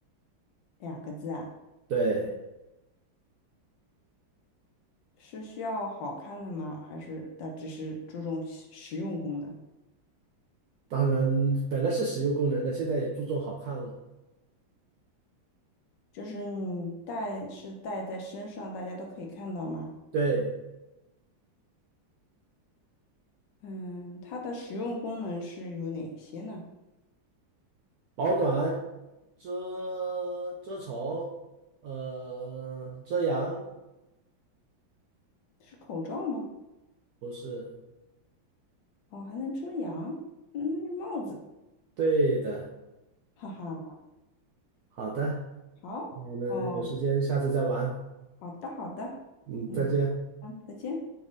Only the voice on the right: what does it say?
对，
当然本来是实用功能的，现在也注重好看了。
对，
保暖、遮遮丑，呃，遮阳，
不是，
对的。
好的，
那我们有时间下次再玩。
嗯，
再见。